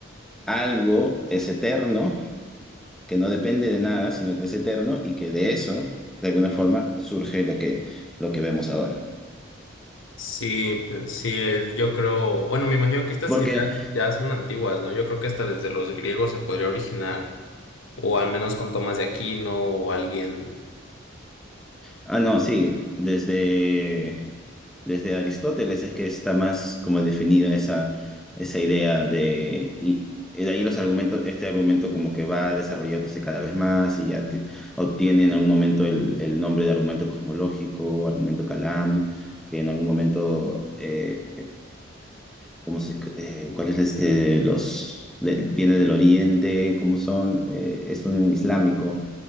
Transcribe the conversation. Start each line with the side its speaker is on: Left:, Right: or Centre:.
Centre: algo es eterno que no depende de nada, sino que es eterno y que de eso, de alguna forma, surge lo que, lo que vemos ahora.
Left: Sí, pues, sí, es- yo creo, bueno, me imagino que estas
Centre: Porque,
Left: ideas ya son antiguas, ¿no? Yo creo que hasta desde los griegos se podría originar, o al menos con Tomás de Aquino o alguien.
Centre: ah, no, sí, desde, desde Aristóteles es que está más como definida esa, esa idea de... Y, de ahí los argumentos, este argumento como que va desarrollándose cada vez más y ya ti- obtiene en algún momento el, el nombre de argumento cosmológico, argumento Kalam, que en algún momento eh, ¿Cómo se, eh, cuál es eh, los del- viene del Oriente? ¿Cómo son? Eh, es un islámico,